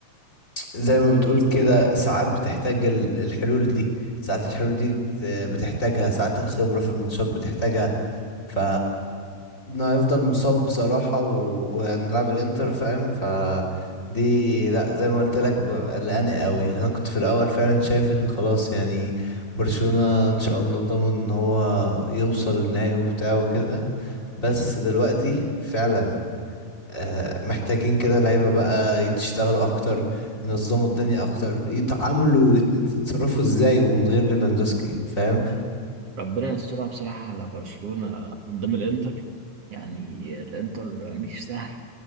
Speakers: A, on the left; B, on the right.
A: زي ما بتقول كده ساعات بتحتاج ال- الحلول دي ساعات الحلول دي بت- بتحتاجها ساعات الخبرة في الماتشات بتحتاجها ف انه هيفضل مصاب بصراحة و- وهنلعب الانتر فاهم ف دي لا زي ما قلت لك ب- قلقاني قوي انا كنت في الاول فعلا شايف ان خلاص يعني برشلونة ان شاء الله ضامن ان هو يوصل النهائي وبتاع وكده بس دلوقتي فعلا آه، محتاجين كده لعيبة بقى يشتغلوا أكتر ينظموا الدنيا أكتر يتعاملوا ويت- يتصرفوا إزاي ومن غير ليفاندوسكي فاهم
B: ربنا يسترها بصراحة على برشلونة قدام الانتر يعني الانتر مش سهل